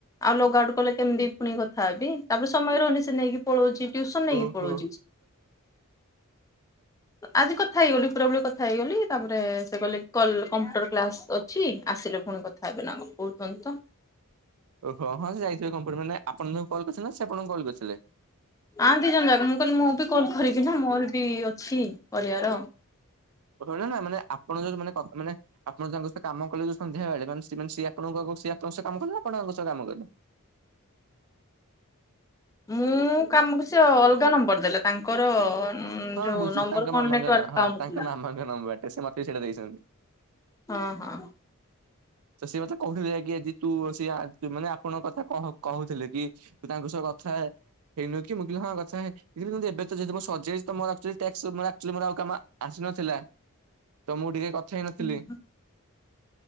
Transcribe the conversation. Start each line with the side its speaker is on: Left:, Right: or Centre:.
Left: ଆଉ ଲଗ ଆଉଟ୍ କଲେ କେମିତି ପୁଣି କ ତଥାପି ତାପରେ ସମୟ ରହୁନି ସେ ନେଇକି ପଳଉଚି ଟ୍ୟିସନ୍ ନେଇକି
Right: ଓହୋ
Left: ପଳଉଚି।
Right: ହ
Left: ଆଜି କଥା ହେଇଗଲି ପୁରା ପୁରି କଥା ହେଇଗଲି ତାପରେ ସେ କହିଲେ କଲ୍ କମ୍ପ୍ୟୁଟର କ୍ଲାସ ଅଛି ଆସିଲେ ଭ ପୁଣି କଥା ହେବେ ନା କଣ କହୁଚନ୍ତି ତ।
Right: ଓହୋ ହଁ ସେ ଯାଇଥିବେ କମ୍ପୁଟର ମାନେ ଆପଣ ତାଙ୍କୁ କଲ୍ କରିଥିଲେ ସେ ଆପଣଙ୍କୁ କଲ୍ କରିଥିଲେ।
Left: ଆ ଦି ଜଣ ଜାକ ମୁଁ କହିଲି ମୁଁ ବି କଲ କରିବି ନା ମୋର ବି ଅଛି। କରିବାର।
Right: <unintelligible> ନା ମାନେ ଅପ୍ ଆପଣ ଯୋଉ ମାନେ କ ମାନେ ଆପଣ ତାଙ୍କ ସହତ କାମ କଲେ ଯୋଉ ସନ୍ଧ୍ୟାବେଳେ ମାନେ ସିଏ ସିଏ ଆପଣଙ୍କୁ ଆଉ ସି ଆପଣଙ୍କ ସହ କାମ କଲେ ଆପଣ <unintelligible>
Left: ମୁଁ କାମକୁ ସେ ଅଲଗା ନମ୍ବର ଦେଲେ ତାଙ୍କର
Right: ହଁ
Left: ଯୋଉ
Right: ବୁଝୁ
Left: ନମ୍ବର
Right: ତାଙ୍କ
Left: କଣ
Right: ମାମାଙ୍କ
Left: ନେଟୱାର୍କ
Right: ନ ହଁ
Left: ପାଉନଥିଲା
Right: ତାଙ୍କ ମାମାଙ୍କ ନମ୍ୱର୍ ଟେ ସେ ମତେ ସେଇଟା ଦେଇଛନ୍ତି।
Left: ହଁ ହଁ।
Right: ତ ସିଏ ମତେ କହୁଥିଲେ କି ଆଜି ତୁ ସେଇଆ ତୁ ମାନେ ଆପଣଙ୍କ କଥା କ କହୁଥିଲେ କି ତୁ ତାଙ୍କ ସହ କ କଥା ହେଇନୁ କି ମୁଁ କହିଲି ହଁ କଥା ହେଇ ଥିଲି କିନ୍ତୁ ଏବେ ତ ଯେହେତୁ ସରିଯାଇଚି ତ ମୋର ଆକ୍ଚୁଆଲି ଟ୍ୟାକ୍ସ ମୋର ଆକ୍ଚୁଆଲି ମୋର ଆଉ କାମ ଆସି ନଥିଲା ତ ମୁଁ ଟିକେ କଥା ହେଇ ନଥିଲି।
Left: ହୁଁ